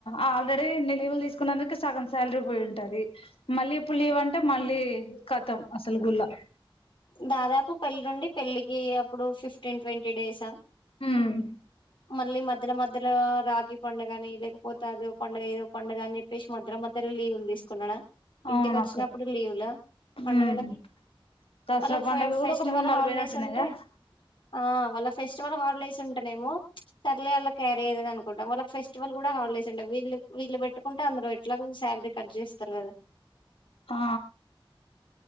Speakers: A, on the left; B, on the left.
A: ఆల్రెడీ ఇన్ని లీవులు తీసుకున్నందుకు సగమ్ శాలరీ పోయి ఉంటది మళ్ళీ ఇప్పుడు లీవ్ అంటే మళ్ళీ కతం అసలు గుల్ళ
B: దాదాపు పెళ్లి ఉండి పెళ్ళికి అప్పుడు ఫిఫ్టీన్ ట్వంటీ డేసా
A: ఉమ్
B: మళ్ళీ మధ్యలో మధ్యలో రాఖీ పండుగని లేకపోతే అదో పండుగ ఇదో పండుగని జెప్ ప్పెసి మధ్యలో మధ్యలో లీవులు తీసుకున్నాడా ఇంటికొచ్చినప్పుడు
A: అవునక్క
B: లీవులా పండగలకి
A: ఉమ్ దసరా
B: వాళ్ళక్
A: పండుగ
B: ఫే
A: కూడా
B: ఫెస్టివల్
A: ఒక మూడు నాలుగు
B: హాలిడేస్
A: పోయినట్టున్నాయిగా
B: ఉంటాయ్ ఆ వాళ్ళ ఫెస్ స్టివల్ హాలిడేస్ ఉంటనేమో సర్లే వాళ్ళ క్యారీయ్యేది అనుకుంటాం వాళ్ళ ఫెస్టివల్ కూడా హాలిడేస్ ఉండే వీళ్ళ వీళ్ళు పెట్టుకుంటే అందరు ఎట్లా శాలరీ కట్ జేస్తారు గదా
A: ఆ